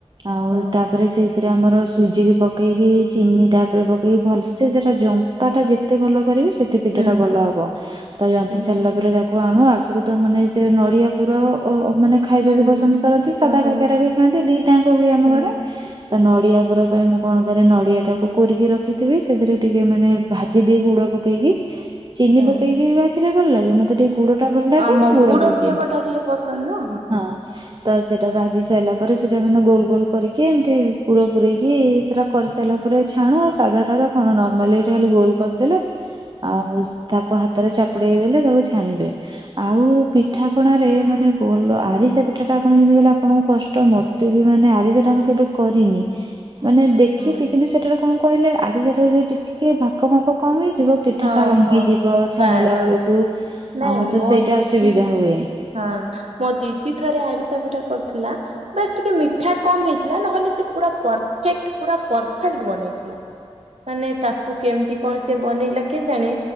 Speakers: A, on the right; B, on the right.
A: ଆଉ
B: ହଁ
A: ତା ପରେ ସେଇଥିରେ ଆମର ସୁଜିକି ପକେଇକି ଚିନି ତାପରେ ପକେଇ ଭଲସେ ସେଟା ଜନ୍ତାଟା ଯେତେ ଭଲ କରିବେ ସେ ତେ ପିଠାଟା
B: ହୁଁ
A: ଭଲ ହବ ତ ଜନ୍ତି
B: ହୁଁ
A: ସାରିଲା ପରେ ତାକୁ ଆଣୁ ଆଗୁରୁ ତ ମାନେ ଯେତେ ନଡିଆ ପୁର <unintelligible> ମାନେ ଖାଇବାକୁ
B: ହୁଁ
A: ପସନ୍ଦ କରନ୍ତି ସାଦା
B: ହଁ ହଁ
A: କାକେରା ବି ଖାଆନ୍ତି ଦିଟାଙ୍କ ହୁଏ ଆମ
B: ହଁ
A: ଘରେ ତା ନଡିଆ ପୁର ପାଇଁ ମୁଁ କଣ କରେ ନଡିଆ ଟାକୁ କୋରିକି ରଖିଥିବେ ସେଥିରେ ଟିକେ ମାନେ ଭାଜିଦିଏ ଗୁଡ ପକେଇକି ଚିନି
B: ହଁ
A: ପକେଇକି ବି ଭାଜିଲେ ଭଲ ଲାଗେ ମତେ ଟିକେ ଗୁଡ ଟା ଭଲ ଲାଗେ
B: ହଁ ମଗୁଡ
A: ଗୁଡ ପକେଇଦି
B: ଫ୍ଲେଭର ଟା ଟିକେ ପସନ୍ଦ ନା
A: ହଁ। ତ ସେଇଟା ଭାଜି ସାରିଲା ପରେ ସେଟା ମାନେ ଗୋଲ୍-ଗୋଲ୍ କରିକି ଏମ୍ତି ପୁର ପୁରେଇକି କରିସାରିଲା ପରେ ଛାଣ ସାଧାରତ କଣ ନର୍ମାଲି ଖାଲି ଗୋଲ୍ କରିଦେଲେ, ଆଉ
B: ହଁ
A: ତାକୁ ହାତରେ ଚାପୁଡେଇ ଦେଲେ ତାକୁ ଛାଣିବେ, ଆଉ
B: ହଁ
A: ପିଠାପଣାରେ ମାନେ ଭଲ ଆରିସା ପିଠା ଟାଣ ଯେମ୍ତି ହେଲେ ଆପଣଙ୍କୁ କଷ୍ଟ ମତେ ବି ମାନେ ଆରିସା ଟା ମୁଁ କେବେ କରିନି। ମାନେ ଦେଖିଚି
B: ହଁ ହଁ
A: କିନ୍ତୁ ସେଠାରେ କଣ କହିଲେ ଆରିଜାର ଟିକେ ଭାକ ମାପ କମ ହେଇଯିଵ ପିଠା
B: ହଁ
A: ଟା ଭାଙ୍ଗି
B: ହଁ
A: ଯିବ ଛାଣିଲା
B: ବାସ୍
A: ବେଳକୁ
B: ନାଇଁ
A: ଆ ତ
B: ମୋ
A: ସେଇଟା
B: ଦିଦି
A: ଅସୁବିଧା ହୁଏ।
B: ହଁ ମୋ ଦିଦି ଥରେ ଆଡିସା ପିଠା କରୁଥିଲା ବାସ୍ ଟିକେ ମିଠା କମ୍ ହେଇ ଥିଲା ନହେଲେ ସେ ପୁରା ପରଫେକ୍ଟ ପୁରା ପରଫେକ୍ଟ ବନେଇଥିଲା। ମାନେ ତାକୁ କୁ କେମିତି କଣ ସେ ବନେଇଲା କେଜାଣି